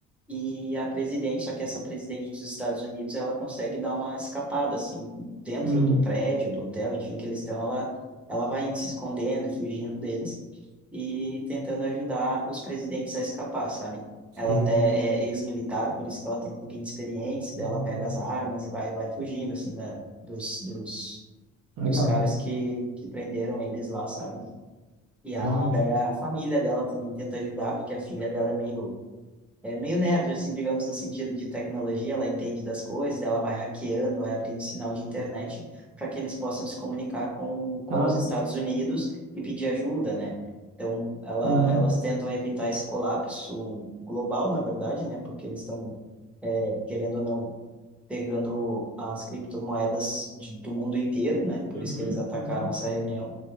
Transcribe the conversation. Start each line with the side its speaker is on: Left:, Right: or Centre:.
Centre: e a presidente, só que essa presidente dos Estados Unidos, ela consegue dar uma escapada, assim, dentro
Right: Hum,
Centre: do prédio, do hotel, enfim, que eles estão, ela, ela vai se escondendo e fugindo deles e tentando ajudar os presidentes a escapar, sabe?
Right: sei.
Centre: Ela até é ex-militar, por isso que ela tem um pouquinho de experiência,
Right: Hum,
Centre: daí ela pega as armas e vai, vai fugindo, assim, da, dos, dos,
Right: legal,
Centre: dos caras que, que prenderam eles lá, sabe? E
Right: legal.
Centre: a, daí a família dela também tenta ajudar, porque a filha dela é meio é meio nerd, assim, digamos, no sentido de tecnologia, ela entende das coisas, daí ela vai hackeando, vai abrindo sinal de internet para que eles possam se comunicar com, com
Right: Ah,
Centre: os Estados Unidos e pedir ajuda, né? Então, ela,
Right: aham.
Centre: elas tentam evitar esse colapso global, na verdade, né? Porque eles estão, é, querendo ou não, pegando as criptomoedas de, do mundo inteiro, né? Por
Right: Uhum,
Centre: isso que eles atacaram
Right: uhum.
Centre: essa reunião.